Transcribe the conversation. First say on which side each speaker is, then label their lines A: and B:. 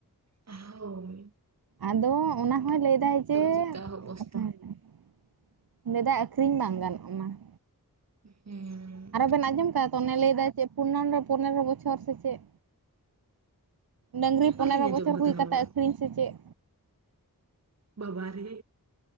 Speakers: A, on the right; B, on the right.
A: ᱦᱳᱭ ᱾
B: ᱟᱫᱚ ᱚᱱᱟ ᱦᱚᱭ ᱞᱟᱹᱭ ᱫᱟᱭ ᱡᱮ
A: ᱪᱮᱫᱠᱟ ᱚᱵᱚᱥᱛᱟ
B: ᱦᱮᱸ ᱦᱮᱸ ᱾ ᱞᱮᱫᱟᱭ ᱟᱠᱷᱨᱤᱧ ᱵᱟᱝ ᱜᱟᱱᱚᱜᱼᱟ ᱢᱟ ᱾
A: ᱦᱮᱸ ᱾
B: ᱟᱨᱚ ᱵᱮᱱ ᱟᱸᱡᱚᱢ ᱠᱟᱫᱟ ᱚᱱᱮ ᱞᱟᱹᱭ ᱫᱟᱭ ᱡᱮ ᱯᱚᱱᱱᱚᱱ ᱨᱮ ᱯᱚᱱᱮᱨᱚ ᱵᱚᱪᱷᱚᱨ ᱥᱮ ᱪᱮᱫ? ᱰᱟᱹᱝᱨᱤ
A: ᱵᱟᱹᱞᱤᱧ
B: ᱯᱚᱱᱮᱨᱚ
A: ᱟᱸᱡᱚᱢ
B: ᱵᱚᱪᱷᱚᱨ
A: ᱠᱟᱫᱟ
B: ᱦᱩᱭ
A: ᱱᱚᱣᱟ
B: ᱠᱟᱛᱮᱫ
A: ᱫᱚ
B: ᱟᱹᱠᱷᱨᱤᱧ ᱥᱮ ᱪᱮᱫ?
A: ᱵᱟᱵᱟᱨᱮ